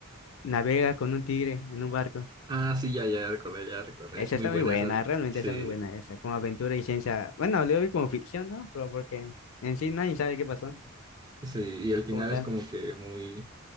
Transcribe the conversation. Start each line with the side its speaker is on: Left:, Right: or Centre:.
Left: navega con un tigre en un barco.
Right: Ah, sí, ya, ya recordé, ya recordé.
Left: Esa
Right: Es muy
Left: está
Right: buena
Left: muy buena,
Right: esa.
Left: realmente
Right: Sí,
Left: está muy buena esa, como aventura y ciencia. Bueno, lo vi como ficción, ¿no? Pero porque en sí nadie sabe qué pasó
Right: sí. Y al final
Left: como tal.
Right: es como que muy,